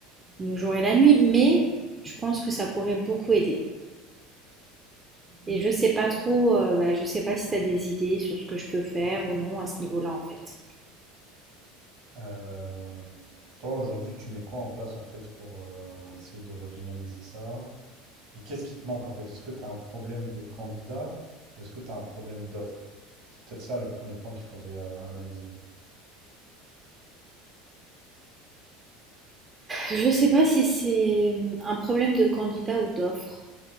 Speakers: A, on the right; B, on the right.
A: le jour et la nuit, mais je pense que ça pourrait beaucoup aider. Et je sais pas trop, euh, bah, je sais pas si tu as des idées sur ce que je peux faire ou non à ce niveau-là en fait.
B: euh, toi, aujourd'hui, tu mets quoi en place en fait pour euh, essayer de redynamiser ça? Et qu'est-ce qui te manque en fait? Est-ce que tu as un problème de candidat ou est-ce que tu as un problème d'offre? C'est peut-être ça le premier point qu'il faudrait euh, analyser.
A: Je sais pas si c'est hum, un problème de candidat ou d'offre.